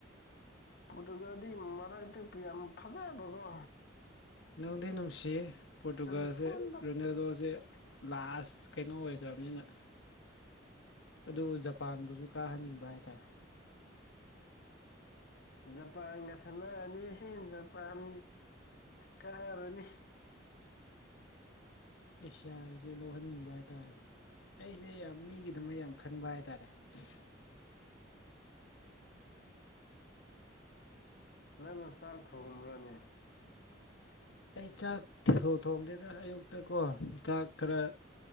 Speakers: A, on the left; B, on the left.
A: ꯄꯣꯇꯨꯒꯜꯗꯤ ꯃꯔꯛꯇ ꯄꯤꯌꯥꯝ ꯐꯖꯥꯕꯀꯣ
B: ꯅꯪꯗꯤ ꯅꯨꯡꯁꯤꯌꯦ ꯄꯣꯔꯇꯨꯒꯥꯜꯁꯦ
A: ꯁꯣꯟꯕ
B: ꯔꯣꯅꯦꯜꯗꯣꯁꯦ ꯂꯥꯁ ꯀꯩꯅꯣ ꯑꯣꯏꯈ꯭ꯔꯅꯤꯅ ꯑꯗꯨ ꯖꯄꯥꯟꯕꯨꯁꯨ ꯀꯥꯍꯟꯅꯤꯡꯕ ꯍꯥꯏꯇꯥꯔꯦ
A: ꯖꯄꯥꯟꯒ ꯁꯥꯟꯅꯥꯔꯅꯤ ꯖꯄꯥꯟ ꯀꯥꯔꯥꯅꯤ
B: ꯑꯦꯁꯤꯌꯥꯒꯤꯁꯦ ꯂꯧꯍꯟꯅꯤꯡꯕ ꯍꯥꯏꯇꯥꯔꯦ ꯑꯩꯁꯦ ꯌꯥꯝ ꯃꯤꯒꯤꯗꯃꯛ ꯌꯥꯝ ꯈꯟꯕ ꯍꯥꯏꯇꯥꯔꯦ ꯑꯁ
A: ꯅꯪꯅ ꯆꯥꯛ ꯊꯣꯡꯕ꯭ꯔꯅꯦ
B: ꯑꯩ ꯆꯥꯛ ꯊꯣꯡꯗꯦꯗ ꯑꯌꯨꯛꯇ ꯀꯣ ꯆꯥꯛ ꯈꯔ